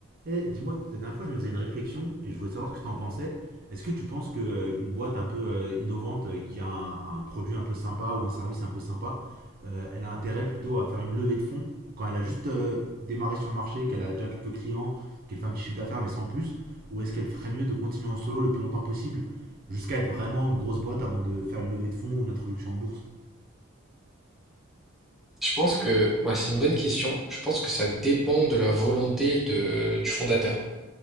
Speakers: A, on the right (about 45°); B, in the centre.
A: Eh, dis-moi, la dernière fois, je me faisais une réflexion et je voulais savoir ce que tu en pensais. Est-ce que tu penses que euh, une boîte un peu euh, innovante euh, qui a un, un produit un peu sympa ou un service un peu sympa, euh, elle a intérêt plutôt à faire une levée de fonds quand elle a juste euh, démarré sur le marché, qu'elle a déjà quelques clients, qu'elle fait un petit chiffre d'affaires mais sans plus, ou est-ce qu'elle ferait mieux de continuer en solo le plus longtemps possible jusqu'à être vraiment une grosse boîte avant de faire une levée de fonds ou une introduction en bourse?
B: Je pense que ouais, c'est une bonne question. Je pense que ça dépend de la volonté de, du fondateur.